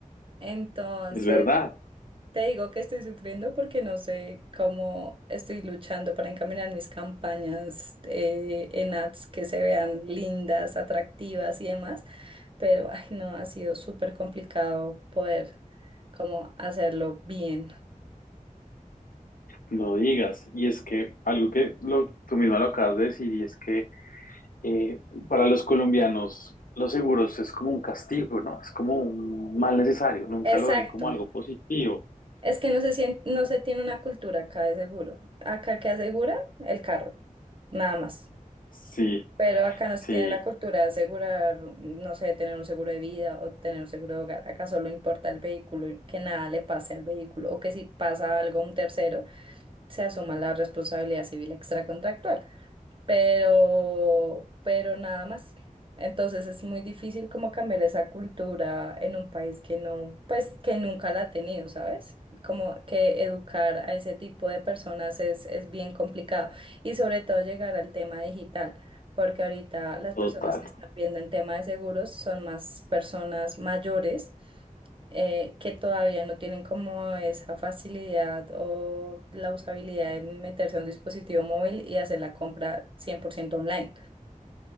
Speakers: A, on the right; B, on the left.
A: Entonces,
B: es verdad,
A: te digo que estoy sufriendo porque no sé cómo estoy luchando para encaminar mis campañas eh, en ads que se vean lindas, atractivas y demás, pero ay, no, ha sido súper complicado poder como hacerlo bien.
B: no digas. Y es que algo que lo- tú misma lo acabas de decir, y es que eh, para los colombianos los seguros es como un castigo, ¿no? Es como un mal necesario, nunca
A: Exacto.
B: lo ven como algo positivo,
A: Es que no se sien- no
B: ¿no?
A: se tiene una cultura acá de seguro. Acá que asegura el carro, nada más.
B: Sí,
A: Pero acá no se
B: sí,
A: tiene la cultura de asegurar, no sé, tener un seguro de vida o tener un seguro de hogar. Acá solo importa el vehículo y que nada le pase al vehículo o que si pasa algo a un tercero, se asuma la responsabilidad civil extracontractual pero, pero nada más. Entonces es muy difícil como cambiar esa cultura en un país que no, pues que nunca la ha tenido, ¿sabes? Como que educar a ese tipo de personas es, es bien complicado y sobre todo llegar al tema digital, porque ahorita las
B: total.
A: personas que están viendo el tema de seguros son más personas mayores eh, que todavía no tienen como esa facilidad o la usabilidad de meterse a un dispositivo móvil y hacer la compra 100% online.